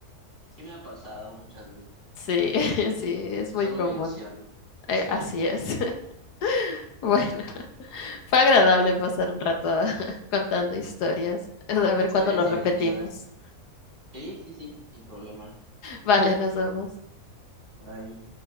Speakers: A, on the right; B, on the left.
A: Sí me ha pasado muchas veces.
B: Sí, <laughs> sí, es
A: Solo
B: muy común.
A: ilusión, ¿no?
B: Eh,
A: <laughs>
B: así es. <laughs> Bueno, fue agradable pasar un rato <laughs> contando historias. A ver
A: Historias
B: cuándo lo
A: divertidas.
B: repetimos.
A: Sí, sí, sí, sin problema.
B: Vale, nos vemos.
A: Bye.